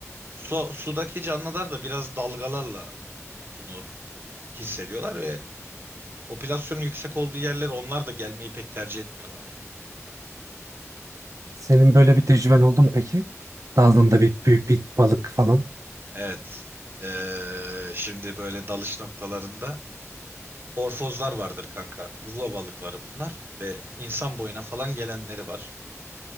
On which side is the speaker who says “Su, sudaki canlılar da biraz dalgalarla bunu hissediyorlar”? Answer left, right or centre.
Right